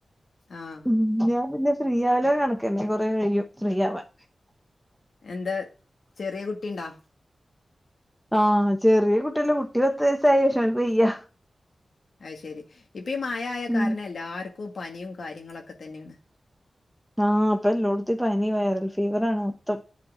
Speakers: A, on the left; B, in the centre.
A: ആഹ്
B: ഉം ഞാൻ പിന്നെ ഫ്രീയാവല് കണക്കെന്നെ കൊറെ കഴിയും ഫ്രീയാവാൻ
A: എന്താ ചെറിയ കുട്ടി ഉണ്ടാ
B: ആഹ് ചെറിയ കുട്ടില്ല കുട്ടി പത്ത് വയസായി പക്ഷേ അവൾക്ക് വയ്യ
A: അയ് ശെരി ഇപ്പം മഴ ആയ
B: ഉം
A: കാരണം എല്ലാർക്കും പനിയും കാര്യങ്ങളൊക്കെ തന്നെയാണ്
B: ആഹ് ഇപ്പ എല്ലോടത്തീ പനി വൈറൽ ഫീവറാണ് മൊത്തം